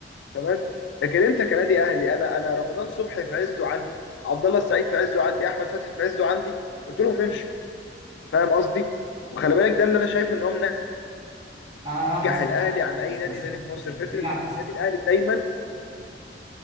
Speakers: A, on the left (about 80°); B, on the right (about 35°).
A: تمام لكن انت كنادي اهلي انا انا رمضان صبحي في عزه عندي عبد الله السعيد في عزه عندي احمد فتحي في عزه عندي قلت لهم امشوا فاهم قصدي وخلي بالك ده اللي انا شايفه ان هو
B: لا لا لا
A: منجح
B: بس
A: الاهلي عن اي
B: بس
A: نادي
B: بس
A: تاني في مصر
B: بس
A: فكره
B: في لا
A: ان
B: بس
A: النادي الاهلي دايما